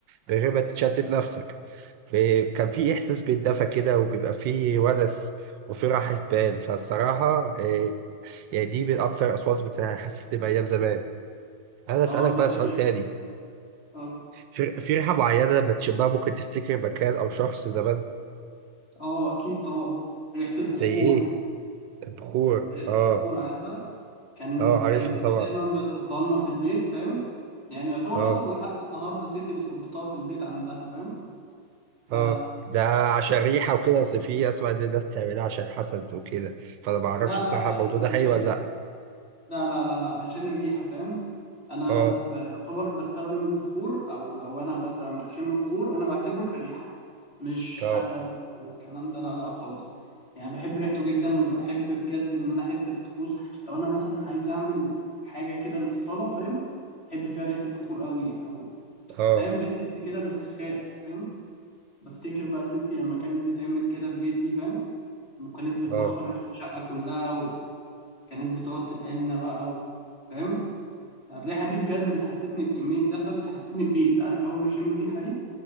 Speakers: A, on the right; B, on the left.
A: من غير ما تتشتت نفسك فكان في إحساس بالدفى كده وبيبقى فيه ونس وفي راحة بال فالصراحة آه، يعني دي من أكتر الأصوات اللي حسيت بأيام زمان أنا أسألك
B: اه دي
A: بقى سؤال
B: حقيقة
A: تاني
B: اه
A: في في ريحة معينة بتشمها ممكن تفتكر مكان أو شخص زمان
B: اه اكيد طبعا ريحة البخور
A: زي إيه؟ البخور
B: ريحة
A: آه
B: البخور عارفها كان
A: آه عارفها
B: كان ستي
A: طبعا
B: دايما بتحطها لنا في البيت فاهم يعني يعتبر
A: آه
B: اصلا لحد النهارده ستي بتحطها في البيت عندها فاهم ف
A: آه ده عشان ريحة وكده أصل في أسمع إن الناس تعملها عشان حسد وكده فأنا معرفش
B: لا
A: الصراحة
B: لا عشان
A: الموضوع ده
B: الريحة
A: حقيقي ولا لأ
B: لا لا لا لا عشان الريحة فاهم أنا
A: آه
B: ب- يعتبر بستخدم البخور أو لو أنا مثلا بشم بخور أنا بعتبره كريحة مش
A: آه
B: حسد والكلام ده لا لا خالص يعني بحب ريحته جدا وبحب بجد إن أنا أحس بطقوس لو أنا مثلا عايز أعمل حاجة كده للصلاة فاهم بحب فيها ريحة البخور قوي أو
A: آه
B: فاهم بتحس كده بارتخاء فاهم بفتكر بقى ستي لما كانت بتعمل كده لجدي فاهم وكانت بتبخر
A: آه
B: الشقة كلها كانت بتقعد تدقلنا بقى و... فاهم الريحة دي بجد بتحسسني بكمية دفى بتحسسني ببيت عارف أول ما أشم الريحة دي